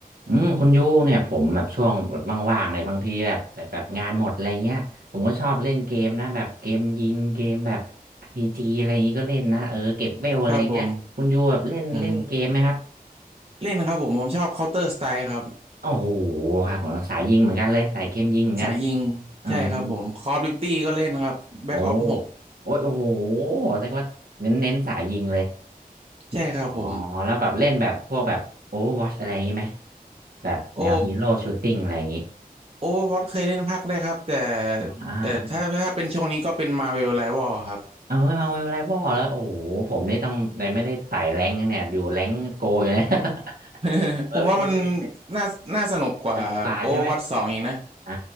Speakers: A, on the right; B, on the right.
A: อืมคุณยูเนี่ยผมแบบช่วงว่างๆในบางทีแบบแบบแบบงานหมดอะไรเงี้ยผมก็ชอบเล่นเกมนะแบบเกมยิงเกมแบบอาร์พีจีอะไรอย่างงี้ก็เล่นนะเออเก็บเวลอะไรเงี้ยคุณยูแบบเล่นเล่นเกมไหมครับ
B: ครับผมอืมเล่นครับผมผมชอบ Counter Strike ครับ
A: โอ้โหครับผมสายยิงเหมือนกันเลยสายเกมยิงเหมือนกัน
B: สายยิง
A: อืม
B: ใช่ครับผม Call of Duty ก็เล่นครับ Black
A: โอ้
B: Ops 6
A: โอ้ยโอ้โหแสดงว่าเน้นเน้นสายยิงเลย
B: ใช่ครับผม
A: อ๋อแล้วแบบเล่นแบบพวกแบบโอวอชอะไรอย่างงี้ไหมแบบแนวฮีโร่ชูตติ้งอะไรอย่างงี้
B: โอ Overwatch เคยเล่นภาคแรกครับแต่
A: ออ่าอ่า
B: แต่ถ้าถ้าเป็นช่วงนี้ก็เป็น Marvel Rival ครับ
A: เออมาเวลไรบอลแล้วโอ้โหผมนี่ต้องเลยไม่ได้ไต่แรงค์นะเนี่ยอยู่แรงค์โกอยู่เนี่ย <laughs>
B: <laughs>
A: เออไม่ได้เล่นเลย
B: ผมว่ามันน่าน่าสนุกกว่า
A: สนุกกว่าใช่ไหม
B: Overwatch 2องอีกนะ
A: อ่า